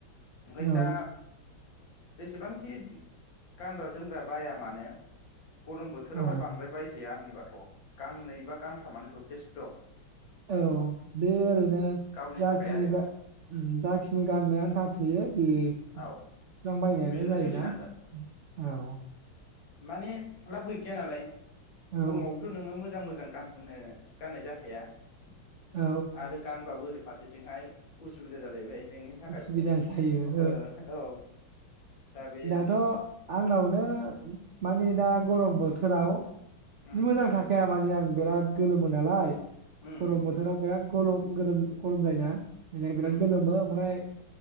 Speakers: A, on the left; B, on the right.
A: ओंखायनो
B: औ
A: दा जेसेबांखि गानग्रा जोमग्रा बाया मानो गरम बोथोरावहाय
B: औ
A: बांद्राय जाया आंनि बाथ गांनै बा गांथामानो जथेस्थ
B: औ बे ओरैनो
A: गावनि
B: जाखिनि
A: थाखाय आरो
B: जाखिनि गान्नो आनथा थोयो बे इसिबां
A: औ
B: बायनायानो
A: बेजोंनो
B: जायोना
A: सोलिनांगोन
B: औ
A: माने लाब गैखाया नालाय
B: औ
A: गरमावबोथ नोङो मोजां-मोजां गाननो गाननाय जाखाया ।
B: औ
A: आरो गानबाबो ओरै फारसेथिंहाय उसुबिदा जालायबाय नोंनि थाखाय
B: उसुबिदा जायो।
A: ओ औ दा बे
B: दाथ‌ आंनावनो माने दा गरम बोथोराव
A: उम
B: जि‌ मोजां थाखाया थारमाने आं बिराद गोलोमो नालाय
A: उम
B: गरम
A: उम
B: बोथोराव बिराद गलम गोरोम गरम जायोना। इनाय बिराद
A: उम
B: गोलोमो ओमफ्राय